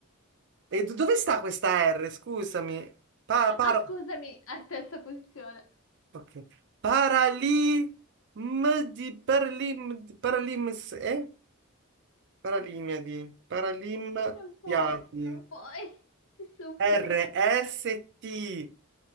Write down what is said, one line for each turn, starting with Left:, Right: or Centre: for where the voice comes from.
Right: E do- dove sta questa R? Scusami. Pa, para...
Left: Ah, scusami, a terza posizione.
Right: Ok. Parali... M di Paralim... di Paralims... Eh? Paralimiadi. Paralimadiadi.
Left: Sì, non puoi, non puoi. Ti supplico.
Right: R-S-T...